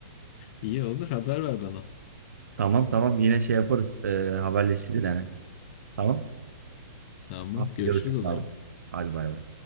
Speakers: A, on the left; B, on the right.
A: İyi olur haber ver bana.
B: Tamam tamam yine şey yaparız. Ee, haberleşiriz yani. Tamam.
A: Tamam
B: Hadi
A: görüşürüz
B: görüşürüz
A: o zaman.
B: abi. Hadi bay bay.